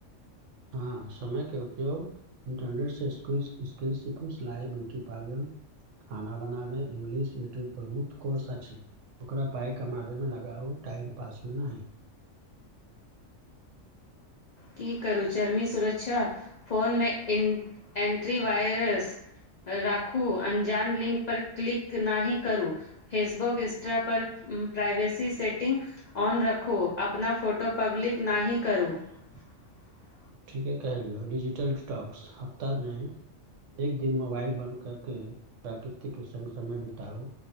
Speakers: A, on the right; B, on the left.
A: हँ समय के उपयोग इंटरनेट से स स्किल सिखू सिलाई ब्यूटी पार्लर खाना बनाबे इंगलिश यूट्यूब प्रमुुख कोर्स अछि ओकरा पाइ कमाबयमे लगाउ टाइम पासमे नहि
B: की करू चर्मी सुरक्षा फोनमे ए एन्ट्री वायरस राखू अंजान लिंक पर क्लिक नाहि करू फेसबुक इंस्टा पर प्राइवेसी सेटिंग ऑन रखू अपना फोटो पब्लिक नाहि करू <inaudible>
A: ठीके कहलियौ डिजिटल डिटॉक्स हफ्तामे एक दिन मोबाइल बन्द कके प्राकृतिके संग समय बिताउ